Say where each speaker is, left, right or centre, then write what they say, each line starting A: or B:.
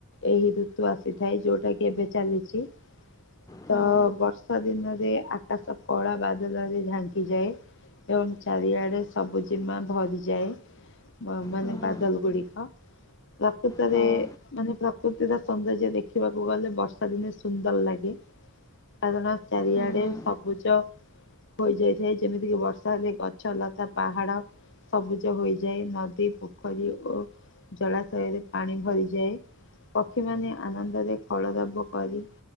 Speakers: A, on the left; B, on the left.
A: ଏହି ଋତୁ ଆସିଥାଏ ଯୋଉଟା କି ଏବେ ଚାଲିଛି ତ
B: ହଁ
A: ବର୍ଷ ବର୍ଷା ଦିନରେ ଆକାଶ କଳା ବାଦଲ ରେ ଝାଙ୍କିଯାଏ ଏବଂ ଚାରିଆଡେ ସବୁଜିମା ଭରିଯାଏ ମା -ମାନେ
B: ହଁ ହଁ
A: ବାଦଲ ଗୁଡ଼ିକ। ପ୍ରକୃତରେ
B: ହଁ
A: ମାନେ ପ୍ରକୃତିର ସୌନ୍ଦର୍ଯ୍ୟ ଦେଖ ଦେଖିବାକୁ ଗଲେ ବର୍ଷା ଦିନେ ସୁନ୍ଦର ଲାଗେ କାରଣ ଚାରିଆଡେ
B: ହୁଁ ହୁଁ
A: ସବୁଜ ହୋଇଯାଇଥାଏ ଯେମିତିକି ବର୍ଷା ହେଲେ ଗଛ, ଲତା, ପାହାଡ ସବୁଜ ହୋଇଯାଏ ନଦୀ ପୋଖରୀ ଓ ଜଳାଶୟରେ ପାଣି ଭରିଯାଏ। ପକ୍ଷୀମାନେ ଆନନ୍ଦରେ ଖଳ ରାବ କରି